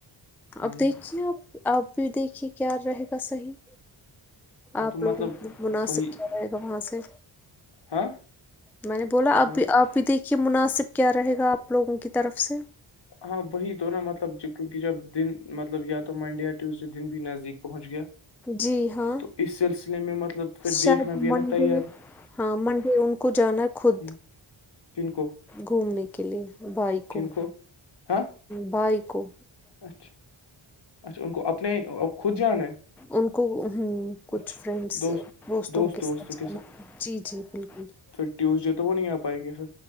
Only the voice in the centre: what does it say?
اب دیکھیے آپ آپ بھی دیکھیے کیا رہے گا صحیح
آپ
لوگوں مناسب
کیا جائے گا وہاں سے
میں نے بولا اب
بھی آپ بھی دیکھیے مناسب کیا رہے گا آپ لوگوں کی طرف سے
جی ہاں
شاید
منڈے
ہاں منڈے ان کو جانا ہے خود
گھومنے کے لیے بائیکوں
بھائیکوں
ان کو ہ کچھ
فرینڈس
دوستوں
کے
ساتھ ج جی جی بالکل